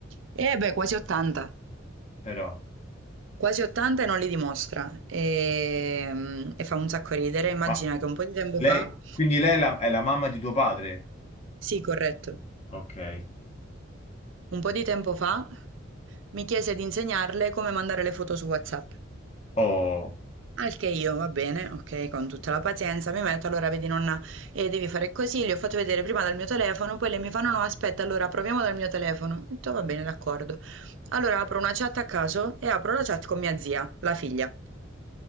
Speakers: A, on the right (about 75°); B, on the left (about 35°).
A: Eh beh, quasi 80.
B: Però.
A: Quasi 80 e non li dimostra. E, mm, e fa un sacco ridere. Immagina
B: Ma
A: che un po' di tempo
B: lei,
A: fa,
B: quindi lei è la, è la mamma di tuo padre?
A: sì, corretto,
B: ok.
A: un po' di tempo fa mi chiese di insegnarle come mandare le foto su WhatsApp.
B: Oh.
A: Al che io, va bene, ok, con tutta la pazienza, mi metto, allora vedi nonna, eh, devi fare così, le ho fatto vedere prima dal mio telefono, poi lei mi fa no no aspetta, allora proviamo dal mio telefono. Ho detto va bene, d'accordo. Allora apro una chat a caso e apro la chat con mia zia, la figlia.